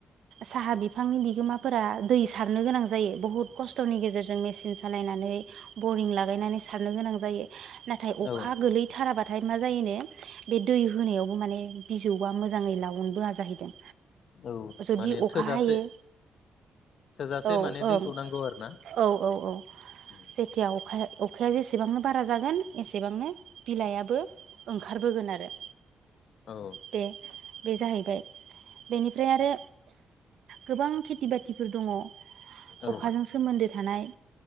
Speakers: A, on the right; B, on the left.
A: साहा बिफांनि बिगोमा फोर दै सारनो गोनां जायो बुहुद खस्थ'नि गेजेरजों मेसिन सालायनानै बरिं लागायनानै सारनो गोनां जायो। नाथाय अखा
B: औ
A: गोलैथाराबा नाथाय मा जायोन बे दै होनायाव बेबो माने बिजौया मोजाङै लावनबोआ जाहैदों।
B: औ
A: जुदि
B: माने
A: अखा
B: थोजासे
A: हायो
B: थोजासे
A: औ
B: माने
A: ओं
B: दैखौ नांगौ आरो ना
A: औ औ औ
B: उम।
A: जेथिया अखाया अखाया जेसेबांनो बारा जागोन एसेबांनो बिलाइाबो ओं खारबोगोन आरो।
B: औ।
A: बे बे जाहैबाय बेनिफ्राय आरो गोबां खेथि बाथिफोर दङ
B: औ
A: अखाजों सोमोन्दो थानाय।